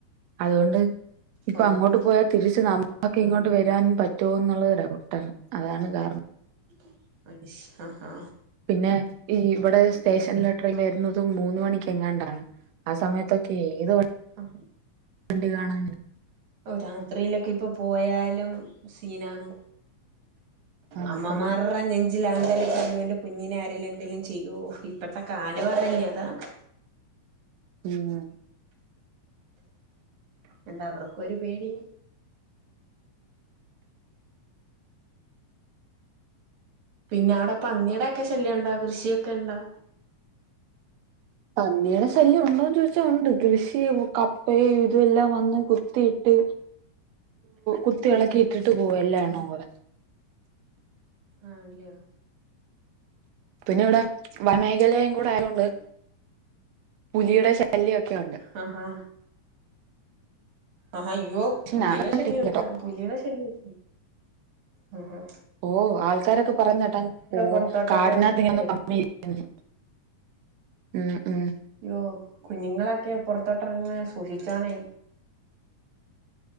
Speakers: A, on the right (about 85°); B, on the right (about 65°).
A: അതുകൊണ്ട് ഇപ്പൊ
B: ഓഹോ
A: അങ്ങോട്ട് പോയാൽ തിരിച്ച് നമുക്ക് ഇങ്ങോട്ട് വരാൻ പറ്റുമ എന്നുള്ളത് ഔട്ടാണ് അതാണ് കാരണം.
B: <unintelligible> അ ആഹ
A: പിന്നെ ഈ ഇവിടെ സ്റ്റേഷനിലെട്രെയിൽ വരുന്നതും മൂന്ന് മണിക്ക് എങ്ങാണ്ടാണ്. ആ സമയത്തൊക്കെ ഏത്
B: ആ
A: വണ്ടി കാണാന്
B: ഓ രാത്രിയിലൊക്കെ ഇപ്പൊ പോയാലും സീനാണ്
A: ആ
B: അമ്മമാരുടെ
A: അതന്നെ
B: നെ ഞ്ചിൽ അങ്കലാപ്പാണ് ഇയ്യോ എന്റെ കുഞ്ഞിനെ ആരേലും എന്തേലും ചെയ്യുമോ ഇപ്പത്തെ കാലം അതല്ലേ അതാണ്
A: ഉം
B: എന്താ അവർക്കും ഒരു പേടി പിന്നെ അവിടെ പന്നിയുടെ ഒക്കെ ശല്യം ഉണ്ടോ കൃഷിയൊക്കെ ഉണ്ടോ
A: പന്നിയുടെ ശല്യം ഉണ്ടോന്ന് ചോദിച്ചാ ഉണ്ട് കൃഷി കപ്പയും ഇതും എല്ലാം വന്ന് കുത്തിയി ട്ട് കുത്തി ഇളക്കി ഇട്ടിട്ട് പോവും എല്ലാ എണ്ണവും കൂടെ
B: ആണല്ലയോ
A: പിന്നിവിടെ വന മേഖലയും കൂടെ ആയത് കൊണ്ട് പുലിയുടെ ശല്യവൊക്കെ ഉണ്ട്
B: ആഹ് ആഹ് ആഹാ അയ്യോ
A: പക്ഷെ
B: പുലിയുടെ
A: ഞാൻ കണ്ടിട്ടില്ല
B: ശല്ല്യവൊക്കെ
A: ട്ടോ
B: പുലിയുടെ ശല്യവൊക്കെ ആ ആ
A: ഓ ആൾക്കാരൊക്കെ പറയന്ന കേട്ടാ ഓ
B: പുറത്തോട്ടൊക്കെ
A: കാടിനകത്ത്
B: ഇറക്കുമ്പോഴേ
A: ഇങ്ങനെ പമ്മി ഇരി ക്കും ഉം ഉം
B: അയ്യോ കുഞ്ഞുങ്ങളൊക്കെ പുറത്തോട്ടിറങ്ങുമ്പ സൂക്ഷിച്ചോണേ